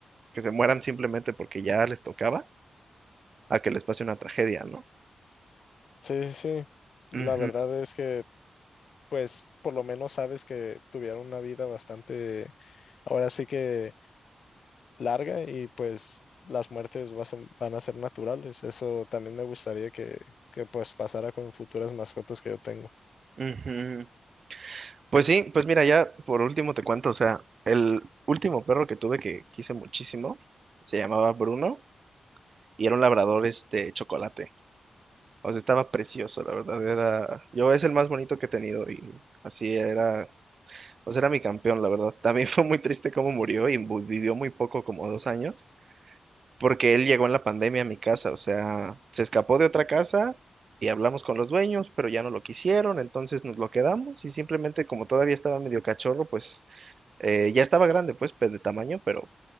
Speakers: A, on the right (about 50°); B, on the left (about 60°).
A: que se mueran simplemente porque ya les tocaba a que les pase una tragedia, ¿no?
B: sí, sí. sí. La
A: Ujú,
B: verdad es que pues por lo menos sabes que tuvieron una vida bastante Ahora sí que larga y pues las muertes vas a- van a ser naturales. Eso también me gustaría que, que pues pasara con futuras mascotas que yo tengo.
A: ujú. Pues sí, pues mira, ya por último te cuento, o sea, el último perro que tuve que quise muchísimo se llamaba Bruno y era un labrador este chocolate. O sea, estaba precioso, la verdad. Era, yo es el más bonito que he tenido y así era, o sea, era mi campeón, la verdad. También <laughs> fue muy triste cómo murió y mu- vivió muy poco, como dos años, porque él llegó en la pandemia a mi casa, o sea, se escapó de otra casa y hablamos con los dueños, pero ya no lo quisieron, entonces nos lo quedamos y simplemente como todavía estaba medio cachorro, pues eh, ya estaba grande, pues pe- de tamaño, pero